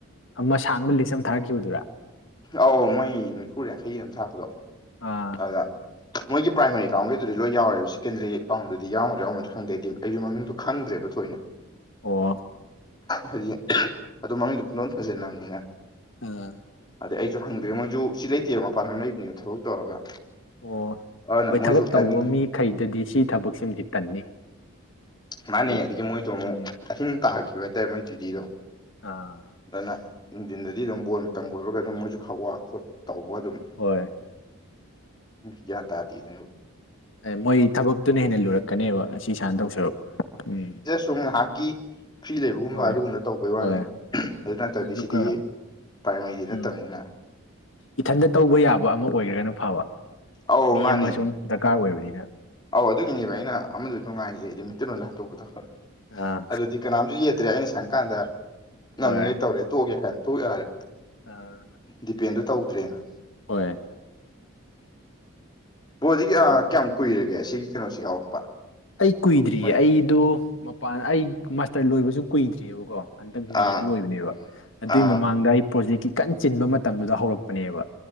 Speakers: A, on the left; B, on the left.
A: ꯑꯃ ꯁꯥꯡꯕ ꯂꯤꯁ ꯑꯃ ꯊꯥꯔꯛꯈꯤꯕꯗꯨꯔꯥ
B: ꯑꯧ ꯃꯣꯏ ꯅꯤꯐꯨ ꯌꯥꯡꯈꯩꯒꯤ ꯌꯥꯝ ꯊꯥꯛꯄꯗꯣ
A: ꯑꯥ
B: ꯑꯗꯨꯗ ꯃꯣꯏꯒꯤ ꯄꯥꯏꯥꯔꯤ ꯑꯦꯀꯥꯎꯟꯒꯤꯗꯨꯗꯤ ꯂꯣꯏ ꯌꯥꯎꯔꯦꯕ ꯁꯦꯀꯦꯟꯗꯔꯤ ꯑꯦꯀꯥꯎꯟꯗꯨꯗꯤ ꯌꯥꯎꯔꯣꯏ꯭ꯔ ꯌꯥꯎꯔꯗ꯭ꯔ ꯈꯪꯗꯗꯤ ꯑꯩꯒꯤ ꯃꯡꯗꯨꯣ ꯈꯪꯗ꯭ꯔꯦꯕ ꯊꯣꯏꯅ
A: ꯑꯣ
B: ꯍꯥꯏꯗꯤ ꯑꯗꯨ ꯃꯃꯤꯡꯗꯨꯣ ꯈꯣꯟꯗꯣꯟ ꯊꯣꯟꯖꯤꯟꯅꯕꯅꯤꯅ
A: ꯑꯣꯥ
B: ꯑꯗꯩ ꯑꯩꯁꯨ ꯍꯪꯗꯣꯏꯦ ꯃꯣꯏꯁꯨ ꯁꯤ ꯂꯩꯇꯦꯕ ꯃꯄꯥꯟ ꯂꯝ ꯂꯩꯕꯅꯦꯕ ꯊꯕꯛ ꯇꯧꯔꯒ
A: ꯑꯣ
B: ꯑꯗꯨꯅ
A: ꯍꯣꯏ
B: ꯃꯣꯏꯁꯨ
A: ꯊꯕꯛ
B: ꯇꯥꯏꯃꯤꯡ
A: ꯇꯧꯕ ꯃꯤꯈꯩꯗꯗꯤ ꯁꯤ ꯊꯕꯛꯁꯤꯃꯗꯤ ꯇꯟꯅꯤ
B: ꯃꯥꯅꯦ
A: ꯍꯥꯏꯗꯤ
B: ꯑꯗꯒꯤ ꯃꯣꯏꯗꯣ ꯑꯃꯨꯛ
A: ꯎꯝ
B: ꯑꯊꯤꯡ ꯄꯥꯍꯛꯈꯤꯕ ꯍꯥꯏꯇꯥꯔꯦ ꯃꯣꯏ ꯗꯤꯗꯣ
A: ꯑꯥ
B: ꯑꯗꯨꯅ ꯏꯟꯖꯤꯟꯗꯗꯤ ꯑꯗꯨꯝ ꯕꯣꯜ ꯃꯇꯝ ꯀꯣꯏꯕꯒ ꯑꯗꯨꯝ ꯃꯣꯏꯁꯨ ꯈꯋꯥ ꯈꯣꯠ ꯇꯧꯕ ꯑꯗꯨꯝ
A: ꯍꯣꯏ
B: ꯌꯥ ꯇꯥꯗꯗ
A: ꯃꯣꯏ ꯊꯕꯛꯇꯨꯅ ꯍꯦꯟꯅ ꯂꯨꯔꯛꯀꯅꯦꯕ ꯑꯁꯤ ꯏꯁꯥꯅ ꯇꯧꯁꯔ ꯎꯝ
B: ꯁ ꯍꯥꯀꯤ ꯐ꯭ꯔꯤ ꯂꯩꯕꯒꯨꯝꯕ
A: ꯍꯣꯏ
B: ꯑꯗꯨꯒꯨꯝꯅ ꯇꯧꯕꯩ ꯋꯥꯅꯤ
A: ꯍꯣꯏ
B: ꯑꯗꯨ ꯅꯠꯇꯕꯗꯤ
A: ꯑꯗꯨꯒ
B: ꯁꯤꯗꯤ ꯄ꯭ꯔꯥꯏꯃꯔꯤꯗꯤ ꯅꯠꯇꯕꯅꯤꯅ
A: ꯎꯝ ꯏꯊꯟꯇ ꯇꯧꯕ ꯌꯥꯕ ꯑꯃ ꯑꯣꯏꯈ꯭ꯔꯒꯅ ꯐꯕ
B: ꯑꯧ
A: ꯃꯤ
B: ꯃꯥꯅꯤ
A: ꯑꯃꯁ ꯁ ꯗꯔꯀꯥꯔ ꯑꯣꯏꯕꯅꯤꯅ
B: ꯑꯧ ꯑꯗꯨꯒꯤꯅꯦꯕ ꯑꯩꯅ ꯑꯃꯁꯨ ꯅꯨꯡꯉꯥꯏꯖꯩ ꯍꯥꯏꯗꯤ ꯃꯤꯇꯜꯂꯣꯟꯗ ꯍꯟꯗꯣꯛꯄꯗꯣ
A: ꯑꯥ
B: ꯑꯗꯨꯗꯤ ꯀꯅꯥꯝꯁꯨ ꯌꯦ ꯆꯇ꯭ꯔꯦ ꯑꯩꯅ ꯁꯪꯀꯥꯟꯗ ꯉꯝꯃꯤꯉꯩ
A: ꯍꯣꯏ
B: ꯇꯧꯔꯦ ꯇꯣꯛꯑꯒꯦ ꯍꯥꯏꯥꯟ ꯇꯣꯛ ꯌꯥꯔꯦ
A: ꯑꯥ
B: ꯗꯤꯄꯦꯟꯗꯣ ꯇꯧꯗ꯭ꯔꯦꯅ
A: ꯍꯣꯏ
B: ꯄꯣꯗꯤ ꯀꯌꯥꯝ
A: ꯎꯝ
B: ꯀꯨꯏꯔꯒꯦ ꯁꯤꯒꯤ ꯀꯩꯅꯣꯁꯤ ꯌꯥꯎꯔꯛꯄ
A: ꯑꯩ ꯀꯨꯏꯗ꯭ꯔꯤꯌꯦ
B: ꯍꯣꯏ
A: ꯑꯩꯗꯣ ꯃꯄꯥꯟ ꯑꯩ ꯃꯥꯁꯇꯔ ꯂꯣꯏꯕꯁꯨ ꯀꯨꯏꯗ꯭ꯔꯤꯑꯕꯀꯣ ꯍꯟꯗꯛ
B: ꯑ
A: ꯃꯦꯅ ꯂꯣꯏꯕꯅꯦꯕ ꯑꯗꯨꯏ
B: ꯑ
A: ꯃꯃꯥꯡꯗ ꯑꯩ ꯄ꯭ꯔꯣꯖꯦꯛꯀꯤ ꯀꯟꯅ ꯆꯤꯟꯕ ꯃꯇꯝꯗꯨꯗ ꯍꯧꯔꯛꯄꯅꯦꯕ